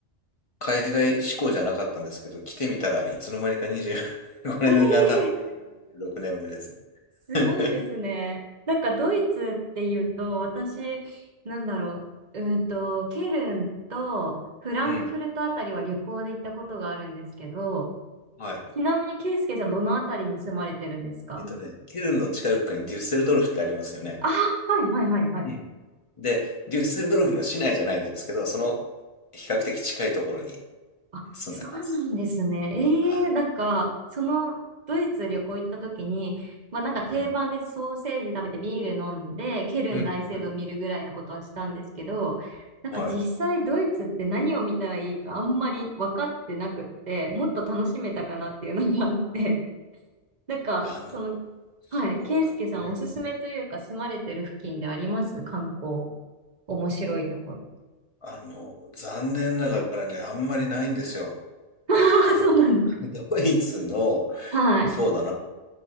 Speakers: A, on the left; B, on the right.
A: 海外志向じゃなかったんですけど、来てみたらいつの間にか25年が経って、
B: ええ
A: 今26年目ですね。
B: すごいですね。
A: <laughs>
B: なんかドイツっていうと、私、なんだろう、うーんと、ケルンとフランクフルトあたりは旅行で行ったことがあるんですけど、
A: うん。はい。
B: ちなみに、ケイスケさん、どのあたりに住まれてるんですか
A: えっとね、ケルンの近くにデュッセルドルフってありますよね。
B: あはい、はい、はい、はい。
A: うん。で、デュッセルドルフの市内じゃないんですけど、その比較的近いところに
B: あ、
A: 住んでます。
B: そうなんですね。ええなんか、
A: はい。
B: その、ドイツ旅行行った時に、まあなんか定番でソーセージ食べてビール飲んで、
A: うん。
B: ケルン大聖堂見るぐらいのことはしたんですけど、
A: うん。うん。
B: なんか実際ドイツって何を見たらいいかあんまり分かってなくって、
A: はい。
B: もっと楽しめたかなっていうのがあって、<laughs> なんか、
A: あの、
B: その、はい、
A: そうだね。
B: ケイスケさんおすすめというか住まれてる付近であります観光。面白いところ。
A: あの、残念ながらね、あんまりないんですよ。
B: <laughs> ああ、
A: あの、
B: そうなんですか。
A: <laughs> ドイツの、
B: はい。
A: そうだな、